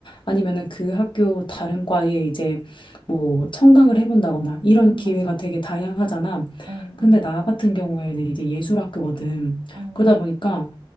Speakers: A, on the left; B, on the right.
A: 아니면은 그 학교 다른 과에 이제 뭐 청강을 해본다거나 이런
B: 음,
A: 기회가
B: 맞아.
A: 되게 다양하잖아.
B: 어,
A: 근데
B: 어,
A: 나 같은 경우에는 이제 예술학교거든.
B: 어.
A: 그러다 보니까